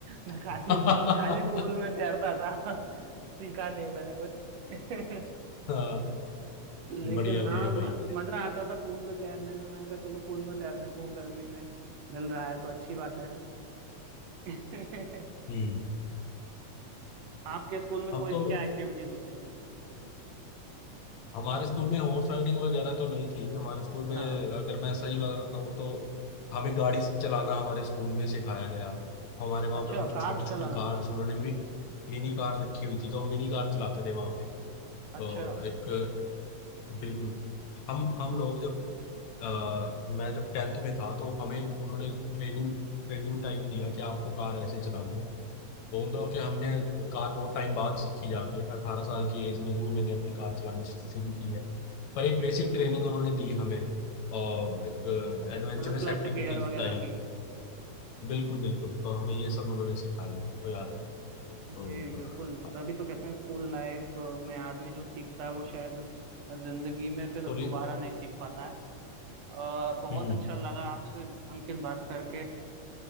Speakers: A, on the right; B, on the left.
A: मैं
B: <laughs>
A: खाली खाली पूल में तैरता था <laughs> सीखा नहीं मैंने कुछ <laughs>
B: हाँ,
A: लेकिन
B: बढ़िया
A: हाँ
B: बढ़िया
A: म-
B: भाई
A: मजा आता था पूल में तैरने में मैंने कहा चलो पूल में तैरने को गर्मी में मिल रहा है तो अच्छी बात है <laughs>
B: हम्म
A: आपके स्कूल में
B: हम
A: कोई
B: तो
A: क्या एक्टिविटीज होती थी
B: हमारे स्कूल में हॉर्स राइडिंग वगैरह तो नहीं थी हमारे स्कूल में
A: हाँ
B: अगर मैं सही बात बताऊँ तो हमें गाड़ी चलाना हमारे स्कूल में सिखाया गया हमारे वहाँ
A: अच्छा
B: पे वो छोटी
A: कार
B: छोटी
A: चलाना
B: कार्स उन्होंने मि, मिनी कार रखी हुई थी तो हम मिनी कार चलाते थे वहाँ पे तो
A: अच्छा
B: एक बिल्कुल हम हम लोग जब अ, मैं जब टेंथ में था तो हमें उन्होंने ट्रेनिंग ट्रेनिंग टाइप दिया कि आपको कार ऐसे चलानी है बोल दो कि हमने कार बहुत टाइम बाद सीखी जाके अठारह साल की एज में ही मैंने अपनी कार चलानी शुरू की है पर एक
A: हम्म
B: बेसिक
A: हम्म
B: ट्रेनिंग उन्होंने दी हमें और एक एडवेंचरस
A: मतलब क्लच
B: एक्टिविटीज
A: गियर वगैरह
B: टाइप बिल्कुल बिल्कुल तो हमें ये सब उन्होंने सिखाया तो याद है तो
A: जी बिल्कुल
B: हाँ,
A: तभी तो कहते हैं स्कूल लाइफ में आदमी जो सीखता है वो शायद जिंदगी में फिर
B: पूरी
A: दोबारा नहीं सीख पाता है अ, बहुत
B: हम्म
A: अच्छा लगा आपसे अंकित बात करके